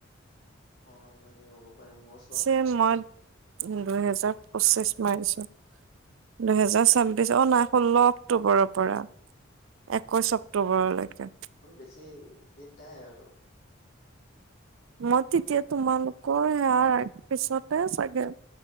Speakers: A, on the left (about 50°); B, on the right (about 80°).
A: অ' হ'ব লাগে হ'ব পাৰে মই
B: চে মই দুইহেজাৰ পঁচিশ মাৰিছোঁ দুহেজাৰ ছাব্বিশ অ' নাই ষোল্ল অক্টোবৰৰ পৰা একৈশ অক্টোবৰলৈকে।
A: ইমান বেছি দিন নাই আৰু
B: মই তেতিয়া তোমালোকৰ সেয়াৰ পিছতে চাগে